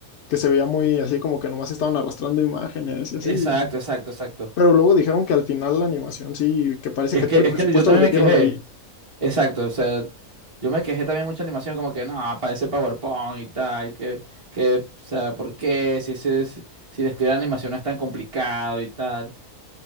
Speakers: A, on the left (about 65°); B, on the right (about 30°).
A: que se veía muy así como que nomás estaban arrastrando imágenes y así.
B: Exacto, exacto, exacto.
A: Pero luego dijeron que al final la animación sí, que parece
B: Es
A: que todo
B: que,
A: el
B: es
A: presupuesto
B: que yo también
A: lo metieron
B: me quejé.
A: ahí.
B: Exacto, o sea, yo me quejé también mucha animación, como que no, parece PowerPoint y tal, que, que, o sea, ¿por qué? Si ese, si, si el estilo de animación no es tan complicado y tal.